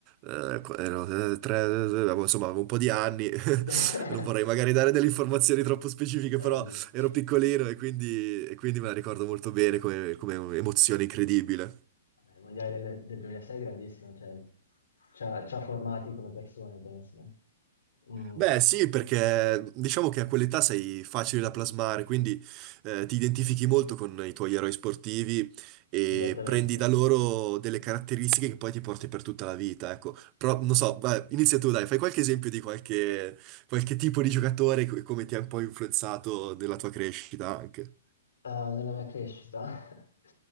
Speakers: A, on the right; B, on the left.
A: eh, qu- ero, eh, tre, avevo- insomma avevo un po' di anni, <laughs>
B: <laughs>
A: non vorrei magari dare delle informazioni troppo specifiche,
B: Hai
A: però
B: ragione.
A: ero piccolino e quindi, e quindi me la ricordo molto bene come, come emozione incredibile.
B: Vabbè, Il mondiale del, del 2006 è grandissimo, cioè, ci ha, ci ha formati come persone, penso. no?
A: Beh, sì, perché diciamo che a quell'età sei facile da plasmare, quindi eh, ti identifichi molto con i tuoi eroi sportivi e
B: Mm, esattamente.
A: prendi da loro delle caratteristiche che poi ti porti per tutta la vita, ecco. Però, non so, vai, inizia tu, dai, fai qualche esempio di qualche, qualche tipo di giocatore e come ti ha un po' influenzato nella tua crescita anche.
B: Eh, nella mia crescita. <laughs>